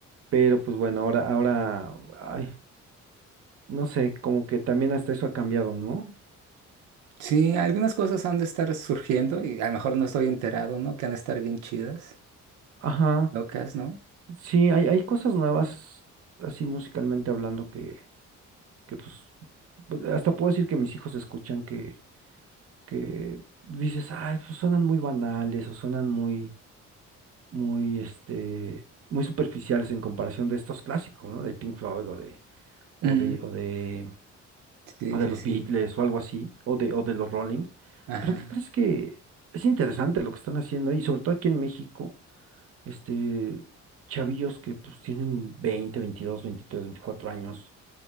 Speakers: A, on the right (about 50°); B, on the right (about 85°).
A: Pero pues bueno, ahora, ahora, ay, no sé, como que también hasta eso ha cambiado, ¿no?
B: Sí, algunas cosas han de estar surgiendo y a lo mejor no estoy enterado, ¿no? Que han de estar bien chidas,
A: Ajá.
B: locas, ¿no?
A: Sí, hay, hay cosas nuevas, así musicalmente hablando, que, que pues, bu- hasta puedo decir que mis hijos escuchan que que dices, ay, pues suenan muy banales o suenan muy, muy, este, muy superficiales en comparación de estos clásicos, ¿no? De Pink Floyd o de, o
B: Mm,
A: de, o de,
B: sí,
A: o de
B: sí,
A: los
B: sí.
A: Beatles o algo así, o de, o de los Rolling.
B: Ajá.
A: Pero ¿qué crees que es interesante lo que están haciendo? Y sobre todo aquí en México, este, chavillos que pues tienen veinte veintidós veintitrés 24 años.